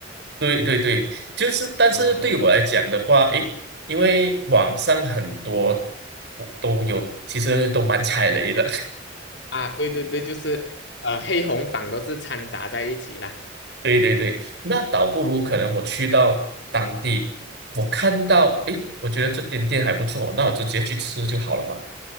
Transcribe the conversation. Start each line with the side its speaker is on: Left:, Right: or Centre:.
Right: 对对对，就是，但是对我来讲的话，
Left: 哦，
Right: 诶，因为网上很多都有，其实都蛮踩雷的。
Left: 啊，对对对，就是呃，黑红榜都是掺杂在一起啦。
Right: 对对对，那倒不如可能我去到当地，我看到，诶，我觉得这间店还不错，那我就直接去吃就好了嘛。
Left: 嗯。